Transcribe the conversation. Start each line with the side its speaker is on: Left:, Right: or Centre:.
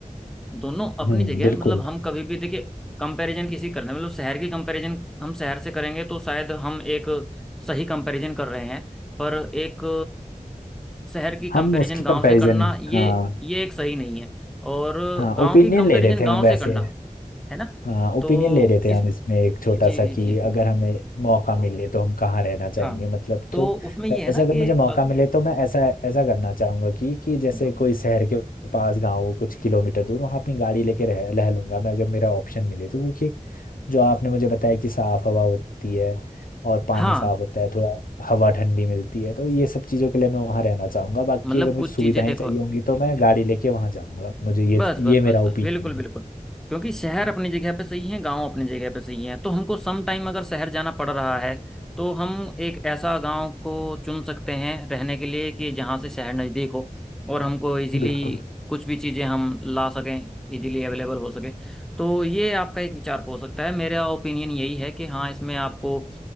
Centre: दोनों अपनी
Left: हम्म
Centre: जगह
Left: बिल्कुल
Centre: मतलब हम कभी भी देखिए कंपैरिजन किसी करने मतलब शहर की कंपैरिजन हम शहर से करेंगे तो शायद हम एक सही कंपैरिजन कर रहे हैं पर एक शहर की कंपैरिजन
Left: हम उसकी
Centre: गांव
Left: कंपैरिजन
Centre: से करना ये
Left: हाँ
Centre: ये एक सही नहीं है और
Left: हाँ
Centre: गांव
Left: ओपिनियन
Centre: की कंपैरिजन
Left: ले रहे थे
Centre: गांव
Left: हम वैसे
Centre: से करना है ना
Left: हाँ ओपिनियन
Centre: तो
Left: ले रहे थे
Centre: इस
Left: हम इसमें एक छोटा
Centre: जी
Left: सा
Centre: जी
Left: कि
Centre: जी
Left: अगर हमें मौका मिले तो हम कहाँ रहना चाहेंगे
Centre: हाँ
Left: मतलब
Centre: तो
Left: तो
Centre: उसमें ये
Left: वैसे
Centre: है ना
Left: अगर
Centre: कि
Left: मुझे मौका
Centre: अ,
Left: मिले तो मैं ऐसा ऐसा करना चाहूंगा कि कि जैसे
Centre: हम्म,
Left: कोई शहर के पास गाँव हो कुछ किलोमीटर दूर वहाँ अपनी गाड़ी लेके रह रह लूंगा मैं अगर मेरा ऑप्शन मिले तो क्योंकि जो आपने मुझे बताया कि साफ हवा होती है और पानी
Centre: हाँ
Left: साफ होता है थोड़ा हवा ठंडी मिलती है तो ये सब चीज़ों के लिए मैं वहाँ रहना चाहूंगा बाकी
Centre: मतलब
Left: अगर मुझे
Centre: कुछ
Left: सुविधाएं
Centre: चीजें देखो
Left: चाहिए होंगी तो मैं गाड़ी लेके वहाँ जाऊंगा मुझे ये
Centre: बस बस
Left: ये मेरा
Centre: बस
Left: ओपिनियन
Centre: बस बिल्कुल
Left: है
Centre: बिल्कुल क्योंकि शहर अपनी जगह पे सही है गांव अपनी जगह पे सही है तो हमको सम टाइम अगर शहर जाना पड़ रहा है तो हम एक ऐसा गांव को चुन सकते हैं रहने के लिए कि जहां से शहर नज़दीक हो और हमको इजीली
Left: बिल्कुल
Centre: कुछ भी चीज़ें हम ला सकें इजीली अवेलेबल हो सके तो ये आपका एक विचार हो सकता है मेरा ओपिनियन यही है कि हाँ इसमें आपको